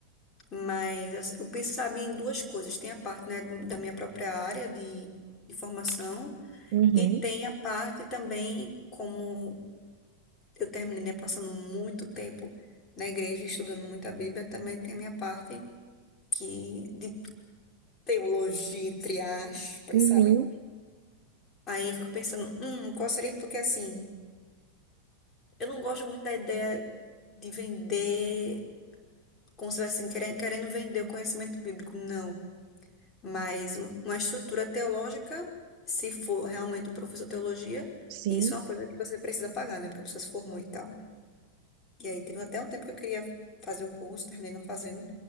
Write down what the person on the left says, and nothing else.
mas assim, eu penso, sabe, em duas coisas. Tem a parte, né, do- da minha própria área de, de formação
e tem a parte também como Eu terminei né, passando muito tempo na igreja, estudando muita Bíblia. Também tem a minha parte que de teologia, entre aspas,
sabe? Aí eu fico pensando, hum, qual seria? Porque assim, eu não gosto muito da ideia de vender, como se estivesse assim, querendo, querendo vender o conhecimento bíblico, não. Mas uma uma estrutura teológica, se for realmente um professor de teologia,
isso é uma coisa que você precisa pagar, né? Porque a pessoa se formou e tal. E aí teve até um tempo que eu queria fazer o curso, terminei não fazendo.